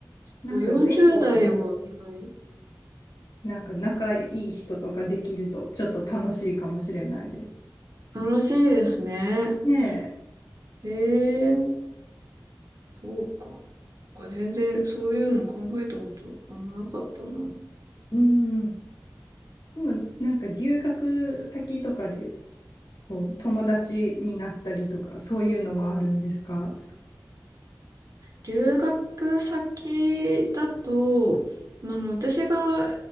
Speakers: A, on the left; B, on the right.
A: なんか全国に
B: と40代は意外、
A: なんか仲いい人とかできるとちょっと楽しいかもしれないです。
B: 楽しいですね。
A: ね
B: へえ、そうか。なんか全然そういうの考えたことあんまなかったな。
A: え、うん。でも、なんか留学先とかで、こう、友達になったりとか、そういうのはあるんですか
B: 留学先だと、あの、私が